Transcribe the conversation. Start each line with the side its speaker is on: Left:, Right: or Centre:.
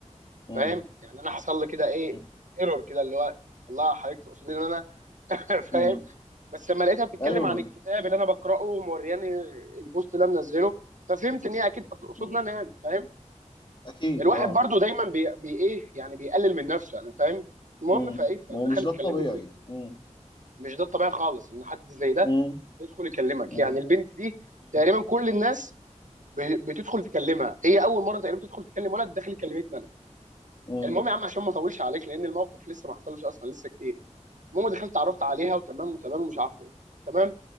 Left: مم.
Right: فاهم يعني انا حصل لي كده ايه
Left: مم.
Right: ايرور كده اللي هو والله حضرتك تقصدي ان انا <laughs> فاهم
Left: مم.
Right: بس لما لقيتها بتتكلم
Left: ايوه
Right: عن الكتاب اللي انا بقراه ومورياني البوست اللي انا منزله ففهمت ان هي اكيد تقصدنا
Left: مم.
Right: انا يعني فاهم
Left: اكيد
Right: الواحد
Left: اه
Right: برضو دايما بي, بي ايه يعني بيقلل من نفسه يعني فاهم المهم
Left: مم.
Right: فايه فدخلت
Left: ما هو مش ده الطبيعي
Right: كلمتني
Left: مم.
Right: مش ده الطبيعي خالص ان حد زي ده
Left: مم.
Right: يدخل يكلمك
Left: مم.
Right: يعني البنت دي
Left: مم.
Right: تقريبا كل الناس ب- بتدخل تكلمها هي اول مره تقريبا تدخل تكلم ولد دخل كلمتني انا
Left: مم.
Right: المهم يا عم عشان ما اطولش عليك لان الموقف لسه ما حصلش اصلا لسه كتير المهم دخلت اتعرفت عليها وتمام وتمام ومش عارف ايه تمام